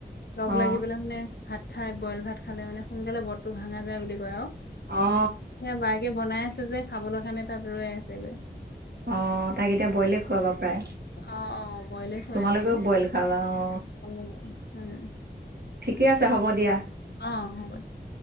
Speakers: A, on the left (about 65°); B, on the right (about 60°).
A: লগ
B: অ
A: লাগি পেলাই মানে ভাত খাই বইল ভাত খালে মানে সোনকালে বৰটো ভাঙা যায় বুলি কয় আৰু।
B: অ অ
A: সেয়া বায়েকে বনাই আছে যে খাবলৈ কাৰণে তাত ৰৈ আছেগৈ।
B: অ' তাক এতিয়া বইলে খুৱাবা প্ৰায়।
A: অ', অ' বইলে খুৱাই
B: তোমালোকেও
A: আছো।
B: বইল খাবা অ
A: উম, উম।
B: ঠিকে আছে হ'ব দিয়া।
A: অ' হ'ব দে।